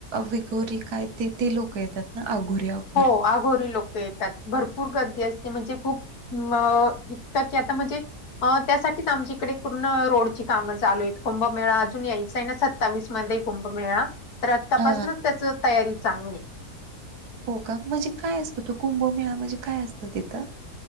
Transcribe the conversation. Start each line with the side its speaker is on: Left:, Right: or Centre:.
Right: विगोरी काय ते ते लोक येतात ना आघोरी अगो.
Left: हो आघोरी लोक. येतात भरपूर गर्दी असते म्हणजे खूप अ इतकं की आता म्हणजे. अ त्यासाठीच आमच्याकडे पूर्ण रोडची कामं चालू आहेत कुंभमेळा अजून यायचा आहे ना सत. सत्तावीस मध्ये कुंभ मेळा तर आत्तापासूनच
Right: हा
Left: त्याच तयारी चालू आहे.
Right: हो का म्हणजे काय असतं तो कुंभमेळा म्हणजे काय असतं तिथं.